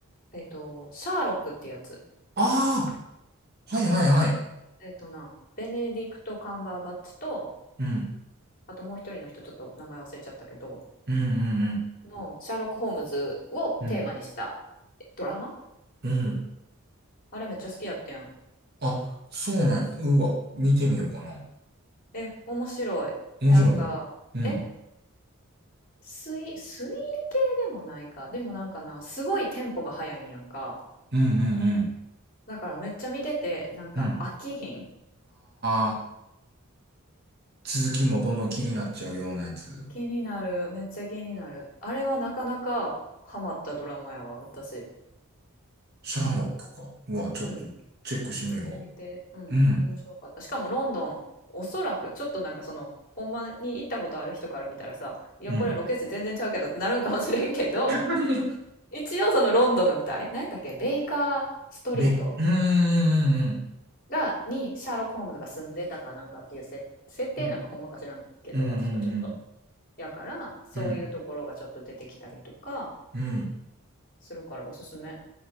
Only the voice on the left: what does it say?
えっとシャーロックってやつ
えっとなベネディクト・カンバーバッチと
あともう一人の人ちょっと名前忘れちゃったけど
のシャーロック・ホームズをテーマにした
ドラマ
あれめっちゃ好きやってん、
うん、
え面白いなんかえ
推、推理系でもないかでもなんかなすごいテンポが速いんやんか
だからめっちゃ見てて、なんか飽きひん
気になる。めっちゃ気になる。あれはなかなかハマったドラマやわ、私。
うん。見てみて。うん。
面白かった。しかもロンドン、おそらく、ちょっとなんかその、ほんまに行ったことある人から見たらさ、いや、
これロケ地全然ちゃうけどってなるんかもしれんけど、
一応そのロンドンが舞台、何やったっけ、ベイカーストリート
が、にシャーロック・ホームズが住んでたかなんかっていう設設定なんかほんまか知らんけど、
私はちょっと。
やから、そういうところがちょっと出てきたりとか
するからおすすめ。